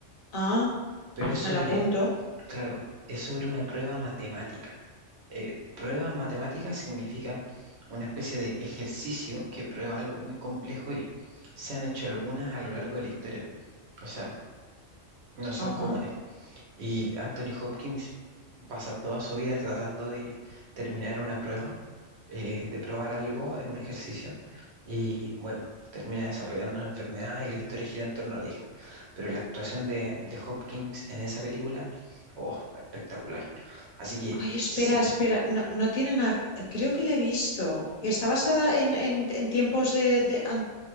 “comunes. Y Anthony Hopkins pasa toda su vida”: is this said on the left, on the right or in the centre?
Right